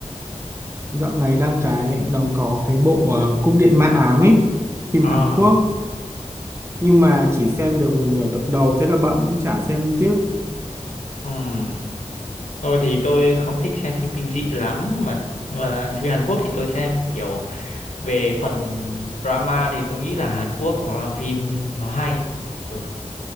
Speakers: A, on the right (about 20°); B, on the left (about 80°).
A: Dạo này đang cái đang có cái bộ ờ, Cung điện ma ám ấy, phim
B: À,
A: Hàn Quốc, nhưng mà chỉ xem được một nửa tập đầu thế là bận nên chả xem tiếp.
B: ừm. Tôi thì tôi không thích xem phim kinh dị lắm mà. Nhưng mà phim Hàn Quốc thì tôi xem kiểu về phần drama thì tôi nghĩ là Hàn Quốc nó làm phim nó hay. Ừ.